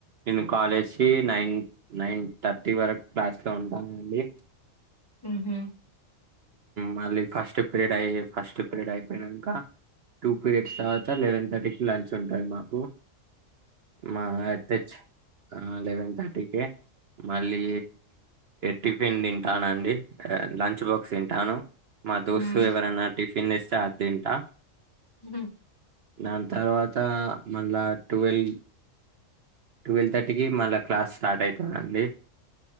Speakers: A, on the right; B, on the left.
A: నేను కాలేజ్ నైన్ నైన్ థర్టీ వరకు క్లాస్ లో ఉండాలండి
B: ఉహు
A: మళ్ళీ ఫస్ట్ పీరియడ్ అయి ఫస్ట్ పీరియడ్ అయిపోయినాక టూ పీరియడ్స్ తర్వాత లెవెన్ థర్టీకి లంచ్ ఉంటుంది మాకు మాచ్ ఆ లెవెన్ థ టిక మళ్ళీ టిఫిన్ తింటానుండి లంచ్ బాక్ తింటాను మా దోస్తు
B: హ్మ్.
A: ఎవరైనా టిఫిన్ తెస్తే అది తింటా
B: ఉ
A: దాని తర్వాత మళ్ళా ట్వెల్వ్ ట్వెల్వ్ థర్టీకి మళ్ళా క్లాస్ స్టార్ట్ అవుతుందిండి